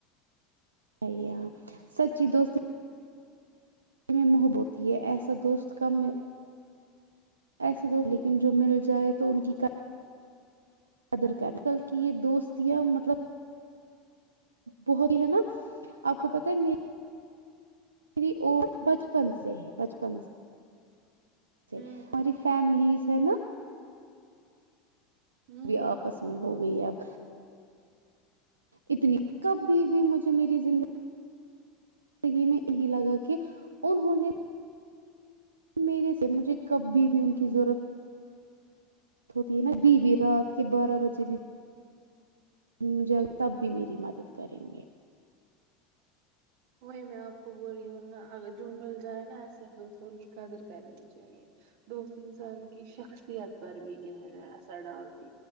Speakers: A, on the right; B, on the right.
A: ہے ہاں سچی دوستی میں محبوت ہے ایسا دوست کم ایسے دوست لیکن جو مل جائے تو ان کی ادر کیمیکل کہ یہ دوستیاں مطلب بہت ہی ہے نا آپ کو پت ہے میری اور بچپن سے ہے بچپن سے
B: ہوں
A: ہماری فیملیز ہے نا
B: ہوں
A: وہ بھی آپس میں ہوگی گئی اب اتنی کبھی بھی مجھے میری زندگی زندگی میں یہی لگا کہ انہوں نے میرے سے مجھے کب بی بھی ان کی ضرورتت ہوتی ہے نا ا بی بھی رات کے بارہ بجے بی مجھے تب بھی میری مدد کریں گے
B: وہی میں آپ کو بول رہی ہوں نا اگر جو مل جائے نا ایسے دوستوں کی قدر کرنی چاہیے دوست انسان کی شخصیت پر بھی گہرا اثر ڈالتا